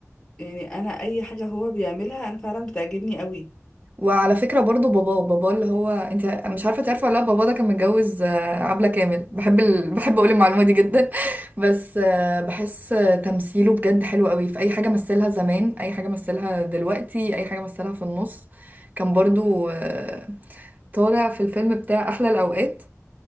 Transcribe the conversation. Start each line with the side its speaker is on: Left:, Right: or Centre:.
Left: يعني انا اي حاجه هو بيعملها انا فعلا بتعجبني قوي
Right: وعلى فكرة برضو باباه باباه اللي هو انت مش عارفة تعرفه ولا لا باباه ده كان متجوز آه، عبلة كامل بحب ال... <laughs> بحب اقول المعلومة دي جدا <laughs> بس آه، بحس آه، تمثيله بجد حلو قوي في اي حاجة مثلها زمان اي حاجة مثلها دلوقتي اي حاجة مثلها في النص كان برضو آه، طالع في الفيلم بتاع احلى الاوقات